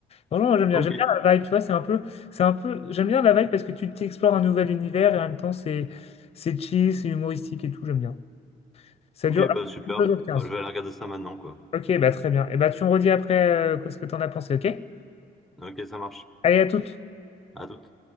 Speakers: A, on the left; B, in the centre.
A: Non, non, j'aime bien,
B: Ok.
A: j'aime bien la vibe, tu vois, c'est un peu, c'est un peu, j'aime bien la vibe parce que tu t'explores un nouvel univers et en même temps, c'est c'est chill, c'est humoristique et tout, j'aime bien. Ça
B: Ok,
A: dure
B: bah super.
A: deux heures quinze.
B: Bah, je vais aller regarder ça maintenant, quoi.
A: Ok, bah très bien. Et bah tu me redis après euh, ce que t'en as pensé, ok?
B: Ok, ça marche.
A: Allez, à toutes.
B: À toute.